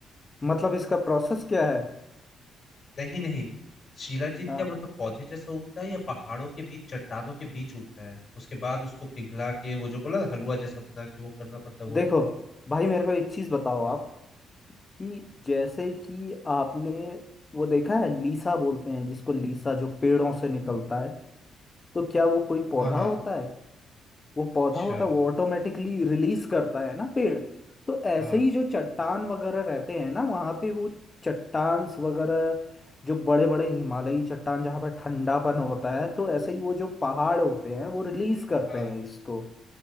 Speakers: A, on the left; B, on the left.
A: मतलब इसका प्रोसेस क्या है
B: नहीं नहीं शिलाजीत
A: हाँ
B: क्या मतलब पौधे जैसा उगता है या पहाड़ों के बीच चट्टानों के बीच उगता है उसके बाद उसको पिघला के वो जो बोला ना, हलवा जैसा बना के वो करना पड़ता है वो
A: देखो
B: करना पड़ता
A: भाई मेरे को एक चीज बताओ आप कि जैसे कि आपने वो देखा है लीसा बोलते हैं जिसको लीसा जो पेड़ों से निकलता है तो क्या वो कोई पौधा
B: है। हाँ हाँ है
A: होता है वो
B: अच्छा
A: पौधा होता है वो ऑटोमेटिकली रिलीज करता है ना पेड़ तो ऐसे
B: हाँ
A: ही जो चट्टान वगैरह रहते हैं ना वहाँ पे वो चट्टान वगैरह जो बड़े बड़े हिमालयी चट्टान जहाँ पर ठंडापन होता है तो ऐसे ही वो जो पहाड़ होते हैं वो रिलीज करते
B: हाँ
A: हैं इसको